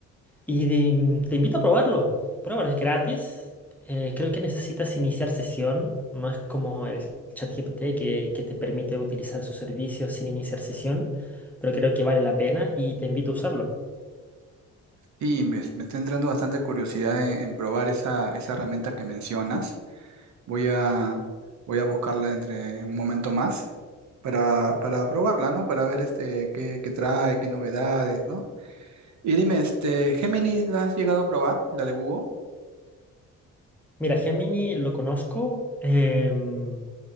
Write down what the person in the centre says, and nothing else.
Y de- te invito a probarlo. Pruébalo, es gratis. Eh, creo que necesitas iniciar sesión. No es como el ChatGPT que, que te permite utilizar su servicio sin iniciar sesión, pero creo que vale la pena y te invito a usarlo.
Mira, Gemini lo conozco. em,